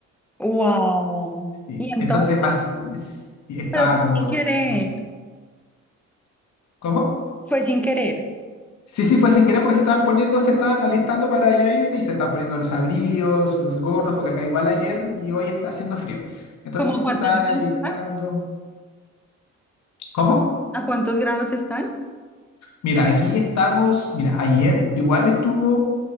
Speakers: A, in the centre; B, on the left.
A: Wow.
B: Y
A: Y entonces,
B: entonces más es- y estaba
A: pero fue
B: como...
A: sin querer.
B: ¿no? ¿Cómo?
A: Fue sin querer.
B: Sí, sí, fue sin querer porque se estaban poniendo, se estaban alistando para ya irse y se estaban poniendo los abrigos, los gorros, porque acá igual ayer y hoy está haciendo frío. Entonces
A: ¿Cómo a cuántos
B: se estaban
A: grados
B: alistando.
A: están?
B: ¿Cómo?
A: ¿A cuántos grados están?
B: Mira, aquí estamos. Mira, ayer igual estuvo,